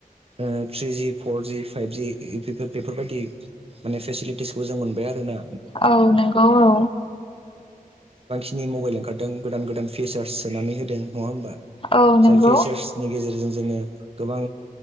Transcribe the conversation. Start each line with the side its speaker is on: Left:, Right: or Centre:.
Right: ओ थ्रिजि फरजि फाइभजि इ बेफोर बेफोरबायदि माने फेसिलिटिसखौ जों मोनबाय आरो ना
Left: औ नंगौ औ
Right: नि मबाइल ओंखारदों गोदान गोदान फिसार्स सोनानै होदों नङा होमबा
Left: औ नंगौ
Right: जाय फिसार्सनि गेजेरजों जोङो गोबां